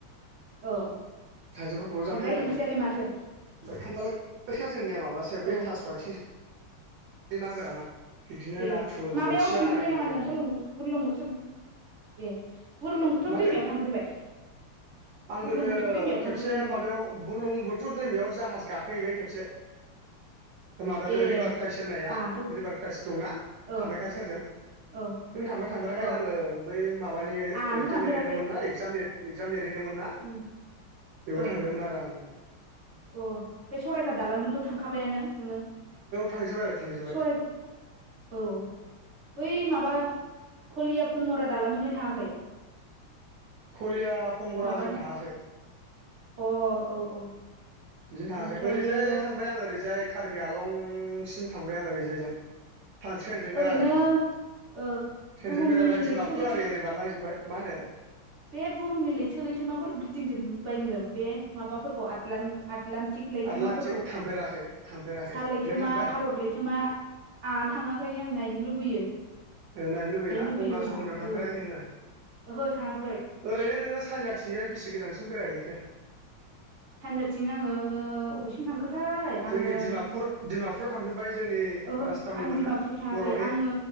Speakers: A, on the right; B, on the right.
A: औ
B: थाइजौ फोरखौल' जानाय
A: ओमफ्राय
B: जादों
A: ओंख्रियालाय माथो
B: खान्थाल खोया जोंनिया माबासो बे
A: औ
B: थासवाथिं ना गोराना बिदिनो
A: ए
B: नाथुर
A: माबायाव
B: बोथिया
A: थांफेरबाय
B: आरि लगायनाय
A: नामा नों बुरलुंबुथुर ए बुरलुंबुथुर
B: मा होनदों
A: दैमायाव थांफेरबाय
B: आं
A: बुरलुंबुथुर
B: गोदो
A: दैमायाव
B: खेबसे
A: थांफेरबाय नोङो
B: माबायाव बुलुं बुथुर दैमायाव जाहाज गान गाखोहैबाय खेबसे माबाजों
A: ए
B: रिभार क्राइस होननाया
A: आंहाथ'
B: रिभार क्राइस दंना
A: औ
B: कामाख्या सेरजों
A: औ
B: नों थांबायना थांफेराखाय
A: औ
B: आङो बै माबानि
A: आंहानो
B: रिटेर्
A: थांफेराखै
B: लिरहैदोंमोन ना एक्जाम लि एगजाम लिरहैदोंमोन ना
A: उम
B: बेवहाय
A: औ
B: थांदोंमोन आरो आङो
A: अ बै सराइकाथ दालांजोंथ थांखाबायानो नोङो?
B: थांजोबबाय आरो थांजोबबाय
A: सराय औ बै माबा कलिया पमरा दालांदोंलाय थाङाखै?
B: खलिया फमबराजों
A: माबाजों
B: थाङाखै
A: अ औ औ
B: बिजों थाङाखै
A: ओमफ्रायो
B: ओरैजायलाय थांबाय आं ओरैजाय कार्बि आलंसिम थांबाय आं ओरैजायजों था ट्रेनजोंनो
A: ओरैनो
B: आरो ट्रेनजों
A: ओ बुहुमनि
B: बेरायबाय डिमापुर
A: लैथो लैथो
B: आरि ओरै बारलांजोबबाय मा होनदों?
A: बे बुहुमनि लैथो लैथोमाफोरखौ गिदिंजोबबाय नोङो बे माबाफोरखौ आदलां आद लान्टिक लैथोमाफोरखौ
B: आटलान्टिक थांफेराखै थांफेराखै
A: सा लैथोमा
B: नों थांबाय
A: भारत लैथोमा आंहा थाङाखै आं नायनो लुबैयो
B: नायनो लुबैयोना
A: लुबैयो
B: गंगा
A: आंहा
B: जुमुनायाव थांफेराखै
A: औ
B: नोङो?
A: ओहो थाङाखै
B: ओरैनो नोङो सानजाथिंजाय बेसे गोजानसिम बेरायहैखो
A: सानजाथिं आङो ओ अबेसिम थांखो? थाय
B: जोंनि
A: आङो
B: डिमापुर डिमापुराव थांफेरबाय जोंनि
A: ओहो
B: राजथावनिमोन
A: आं डिमापुर
B: ना
A: थाङाखै
B: बर'नि
A: आङो